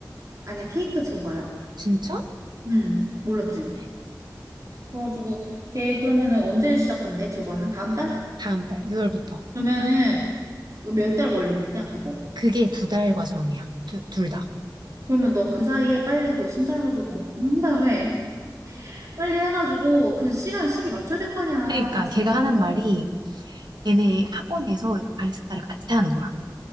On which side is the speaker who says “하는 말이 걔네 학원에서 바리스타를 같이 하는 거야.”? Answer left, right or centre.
Right